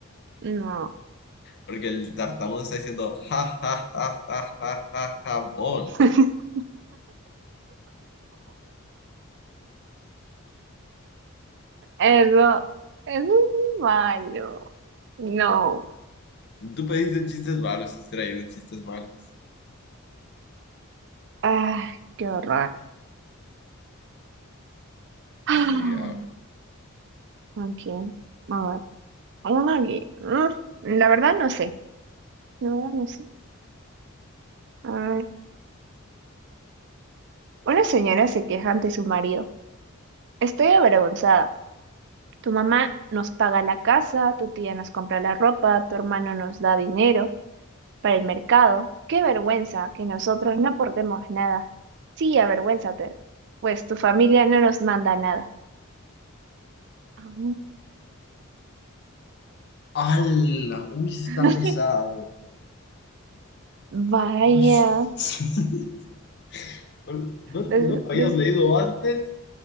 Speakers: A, on the right (about 55°); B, on the left (about 55°).
A: No.
B: Porque el tartamudo está diciendo ja ja ja ja ja ja jamón.
A: <laughs> Eso, eso es malo. No.
B: Tú pediste chistes malos, estás trayendo chistes malos.
A: Ah, qué horror. Ah,
B: Sí,
A: Ok. A ver. Uno que- mm, La verdad no sé. La verdad no sé. A ver. Una señora se queja ante su marido. Estoy avergonzada. Tu mamá nos paga la casa, tu tía nos compra la ropa, tu hermano nos da dinero para el mercado. Qué vergüenza que nosotros no aportemos nada. Sí, avergüénzate, pues tu familia no nos manda nada. Ah,
B: ¡Hala! Uy, sí
A: <laughs>
B: está pesado.
A: Vaya,
B: Uy. <laughs> ¿No, no
A: des-
B: lo habías
A: des-
B: leído antes?